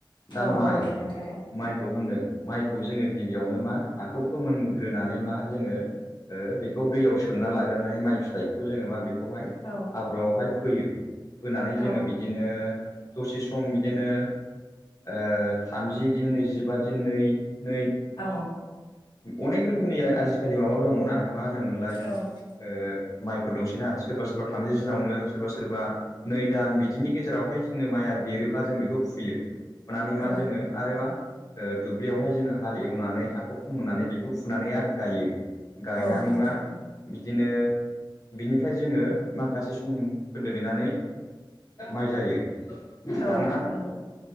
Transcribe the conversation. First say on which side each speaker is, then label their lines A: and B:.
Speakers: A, on the left; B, on the left.
A: दा
B: औ
A: माइ
B: औ दे खोन्थादो
A: माइखौ होनदों माइखौ जोङो गिबियावनो मा हाखौ फोमोनग्रोनानै मा जोङो ओ बेखौ दैआव सो सोमना लाग्रोनानै माइ फिथाइखौ जोङो मा बेखौहाय
B: औ
A: हाब्रुआवहाय फोयो। फोनानै जोङो
B: औ
A: बि दिनो दसे सम बिदिनो ओ थामजि दिन नैजिबा दिन नै नै
B: औ।
A: अनेक रोखोमनि आजिखालि माबा दङ'ना मा होनोमोनलाय?
B: औ
A: ओ माइफोर दंसैना। सोरबा सोरबा थामजि दिनावनो सोरबा सोरबा नै दान बिदिनि गेजेरावहाय जोङो माइया देरोब्ला जों बेखौ फुयो। फुनानै
B: औ
A: मा जोङो आरो मा ओ दुब्लियावहाय जोङो हाल एवनानै हाखौ फोमोननानै बेखौ फुनानै आरो गायो। गायनानै
B: औ नंगौ
A: मा बिदिनो बिनिफ्राय जोङो माखासे सम खोन्दो नेनानै माइ जायो।
B: औ
A: दाना
B: नोंगौ।